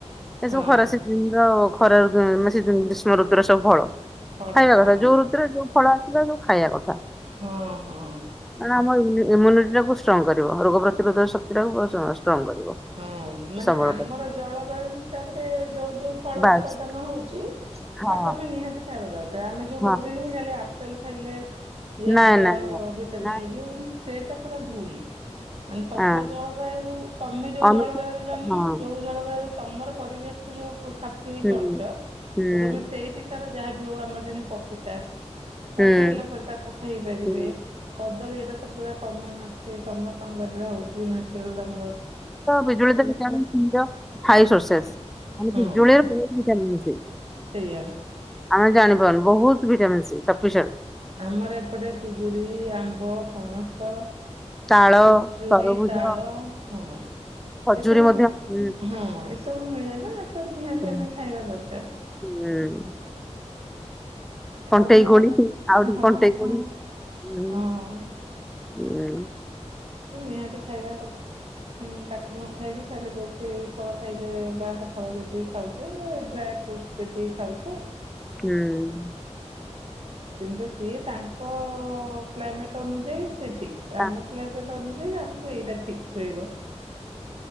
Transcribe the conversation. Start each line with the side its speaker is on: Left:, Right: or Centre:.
Centre: ଏସବୁ
Right: ହଁ
Centre: ଖରା ସିଜିନର ଖରା ସିଜିନ୍ ଋତୁରେ ସବୁ ଫଳ,
Right: ଫଳ
Centre: ଖାଇବା
Right: ହଁ
Centre: କଥା ଯୋଉ ଋତୁରେ ଯୋଉ ଫଳ ଆସିଲା ସବୁ ଖାଇବା କଥା।
Right: ହୁଁ ହୁଁ।
Centre: ମାନେ ଆମ ଇମ୍ୟୁ -ଇମ୍ୟୁନିଟି ଟାକୁ ଷ୍ଟ୍ରଙ୍ଗ କରିବ, ରୋଗ ପ୍ରତିରୋଧକ ଶକ୍ତି ଟା ଷ୍ଟ୍ରଙ୍ଗ କରିବ।
Right: ହଁ ମାନେ
Centre: ସବଳ
Right: ଆମର
Centre: କରିବ
Right: ଜଳବାୟୁ ହିସାବରେ ଯୋଉ ଯୋଉ ଫଳ
Centre: ବାସ୍
Right: ଉତ୍ପାଦନ ହଉଛି
Centre: ହଁ
Right: ତାକୁ ଆମେ ନିହାତି ଖାଇବା ଦରକାର, ଆମେ ଯୋଉ
Centre: ହଁ
Right: କହୁଛେ ସେ ଖାଲି ଆପେଲ ଖାଇଲେ ଇଏ
Centre: ନାଇଁ
Right: ହବ,
Centre: ନାଇଁ ନାଇଁ
Right: ଭିଟାମିନ
Centre: ନାଇଁ
Right: ହେଇଯିବ କିନ୍ତୁ ସେଇଟା ପୁରା ଭୁଲ। ମାନେ ତମ
Centre: ହଁ
Right: ଜଳବାୟୁ, ତମେ ଯୋଉ
Centre: ଅନୁସାରେ
Right: ଜଳବାୟୁରେ ଜନ୍ମ
Centre: ହଁ।
Right: ଯୋଉ ଜଳବାୟୁରେ ତମର ପରିବେଶ କୁ ଯୋଉ ଖାପ ଖୋଇକି
Centre: ହୁଁ
Right: ଚଳୁଛ
Centre: ହୁଁ
Right: ତ ତମେ ସେଇଠୀ - ତାର ଯାହାବିି ହଉ ଆମର ଯେମତି ପପିତା
Centre: ହୁଁ
Right: ପାଚିଗଲା ପରେ ତାକୁ ଖାଇ ପାରିବେ।
Centre: ହୁଁ
Right: କଦଳୀ ଏଟା ତ ପୁରା କମନ ଅଛି। ସମସ୍ତଙ୍କ ବାଡିରେ ହଉଛି ନେଚୁରାଲ ତମର
Centre: ବିଜୁଳି ତ ାଇ ସସ
Right: ବା
Centre: <inaudible> ଖାଲି
Right: ହଁ
Centre: ବିଜୁଳିର କେଜ। <inaudible>
Right: ସେଇଆ।
Centre: ଆମେ ଜାଣିପାରୁନୁ ବହୁତ ଭିଟାମସ ସଫିସେଣ୍ଟ।
Right: ଆମର ଏପଟେ ପିଜୁଳି, ଆମ୍ବ, ପଣସ।
Centre: ତାଳ
Right: ଖଜୁରୀ,
Centre: ତରଭୁଜ
Right: ତାଳ ହଁ।
Centre: ଖଜୁରୀ
Right: ଏସବୁ
Centre: ମଧ୍ୟ ହୁଁ
Right: ହଁ, ଏସବୁ ମିଳେ ନା ତ ନିହାତି
Centre: ହୁଁ
Right: ଆମେ ଖାଇବା ଦରକାର।
Centre: ହୁଁ।
Right: ଖାଉନା
Centre: କଣ୍ଟେଇ କୋଳି ଆଉ ଟିକେ
Right: ହଁ
Centre: କଣ୍ଟେଇ କୋଳି
Right: ହଁ
Centre: ହୁଁ
Right: ହଁ।
Centre: <inaudible>
Right: ନିହାତି ଖାଇବା କଥା ହୁଁ ତାକୁ ନ ଖାଇକି ଖାଲି କହୁଚି ଏଇ ଫଳ ଖାଇଲେ ବାହା ଫଳ ଯେତିକି ଖାଉଚେ, ଡ୍ରାଏ ଫ୍ରୁଟସ ଯେତିକି ଖାଉଚେ
Centre: ହୁଁ।
Right: କିନ୍ତୁ ସିଏ ତାଙ୍କ କ୍ଲାଇମେଟ୍ ଅନୁଯାୟୀ ସେଠି
Centre: ତା-
Right: ଆମ କ୍ଲାଇଇମେଟ ଅନୁଯାୟୀ ଆମକୁ ଏଇରା ଠିକ ସୁହେଇବ।